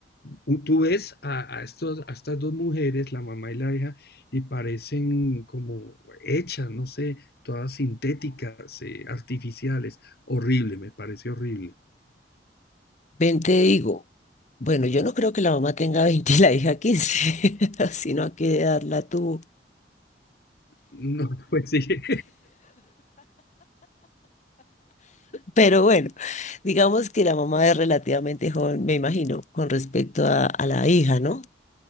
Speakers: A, on the left; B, on the left.
A: u- tú ves a, a estos, a estas dos mujeres, la mamá y la hija, y parecen como hechas, no sé, todas sintéticas, eh, artificiales. Horrible, me parece horrible. <laughs>
B: Ven, te digo, bueno, yo no creo que la mamá tenga <laughs> 20 y la hija 15, <laughs> sino a qué edad la tuvo.
A: No, pues sí. <laughs>
B: Pero bueno, digamos que la mamá es relativamente joven, me imagino, con respecto a, a la hija, ¿no?